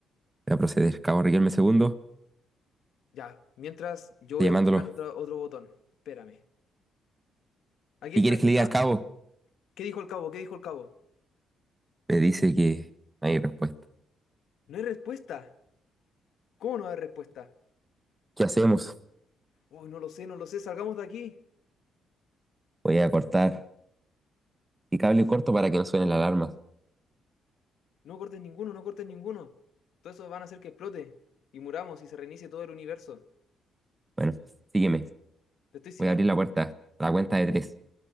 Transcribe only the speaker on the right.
Voy a proceder. Cabo Riquelme segundo.
Estoy
llamándolo.
¿Qué
quieres
que le
diga al cabo?
Me dice que no hay respuesta.
¿Qué hacemos?
Voy a cortar. Y cable corto para que no suenen las alarmas.
Bueno, sígueme.
Voy a abrir la puerta. A la cuenta de tres.